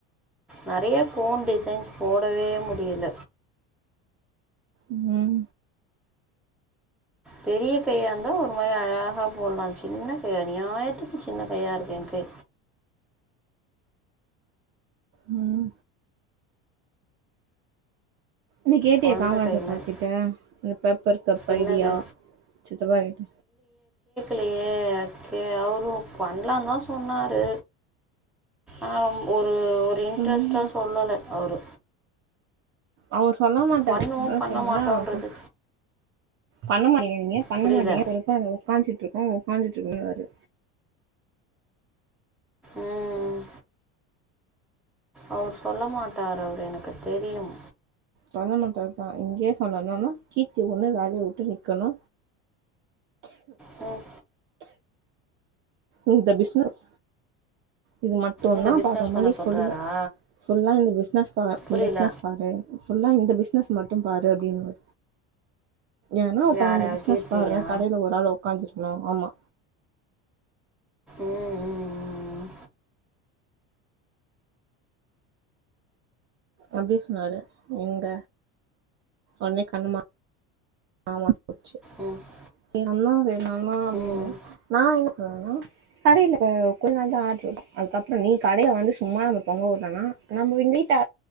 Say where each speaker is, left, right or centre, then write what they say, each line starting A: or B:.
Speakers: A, in the centre; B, on the right.
A: நறைய கோன் டிசைன்ஸ் போடவே முடில
B: ம்
A: பெரிய கையா இந்தா ஒரு மாரி அழகா போடலா சின்ன கை அநியாயத்துக்கு சின்ன கையா இருக்கு என் கை
B: ம்ம் நீ கேட்டிய
A: கொழந்த
B: காமராஜப்பா
A: கை மாரி
B: கிட்ட இந்த பேப்பர் கப்
A: என்னது
B: ஐடியா சித்தப்பா கேட்ட
A: லயே கே அவரு பண்லா தா சொன்னாரு ஆனா ஒரு ஒரு ஒரு இன்ட்ரெஸ்ட்டா
B: ம்
A: சொல்லல அவரு
B: அவர் சொல்ல மாட்டாரு
A: பண்ணுவோம்
B: அத
A: பண்ண
B: சொல்ல
A: மாட்டோன்றது
B: <unintelligible> பண்ணமாடிய ங்க பண்ண
A: புரியல
B: மாட்டீங்க ஒருக்க அது காஞ்சிட்டு இரு ஒக்காஞ்சிட்டு இருந்தாரு
A: ம் ம் அவர் சொல்ல மாட்டாரு அவரு எனக்கு தெரியும்
B: பண்ண மாட்டாருதா இங்கயே சொன்ன என்னன்னா கீர்த்தி ஒண்ணு வேலய உட்டு நிக்கணு
A: ம்
B: இந்த பிஷ்னஸ் இது மட்டுதா
A: இந்த பிஸ்னஸ்
B: பாக்கற
A: பண்ண
B: மாரி
A: சொல்கிறாரா
B: ஃபுல்லா ஃபுல்லா இந்த பிஸ்னஸ் பா
A: புரியல
B: இந்த பிஸ்னஸ் பாரு சொல்லா இந்த பிசினஸ் மட்டு பாரு அப்டின்னு ஏன்னா ஒருத்தவங்க
A: யாரை
B: இந்த பிசினஸ்
A: கீர்த்தியா
B: பாருங்க கடையில ஒரு ஆல் உக்காஞ்சிருக்கணு ஆமா
A: ம் ம்
B: அப்டி சொன்னாரு எங்க ஒனே கண்ணமா ஆமா <unintelligible>
A: ம்
B: எங்க அம்மா வேல நானா அப்டின்னு
A: ம்
B: நா என் ஆ கடையில கொஞ்ச நாள் தா ஆட்ரு இருக்கு அதுக்கப்புற நீ கடய வந்து சும்மா நம்ம தொங்க விடுறனா நம்ம வீ நீட்டா